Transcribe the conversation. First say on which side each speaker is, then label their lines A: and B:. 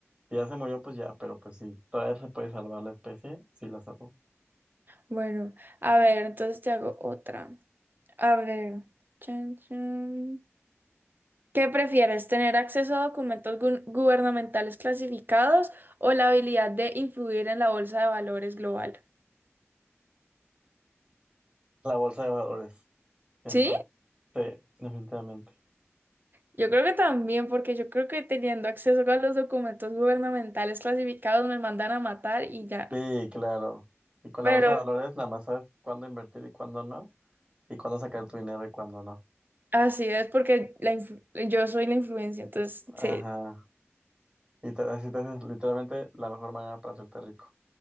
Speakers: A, on the right; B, on the right.
A: si ya se murió, pues ya, pero pues si todavía se puede salvar la especie, sí la salvo.
B: Bueno, a ver, entonces te hago otra. A ver. Chan, chan. ¿Qué prefieres, tener acceso a documentos gu- gubernamentales clasificados o la habilidad de influir en la bolsa de valores global?
A: La bolsa de valores, siento,
B: ¿Sí?
A: sí, definitivamente.
B: Yo creo que también, porque yo creo que teniendo acceso a los documentos gubernamentales clasificados me mandan a matar y ya.
A: Sí, claro. Y con
B: Pero
A: la bolsa de valores nada más sabes cuándo invertir y cuándo no, y cuándo sacar tu dinero y cuándo no.
B: así es, porque la influ- yo soy la influencia, entonces
A: Ajá.
B: sí,
A: Y te, así te haces literalmente la mejor manera para hacerte rico.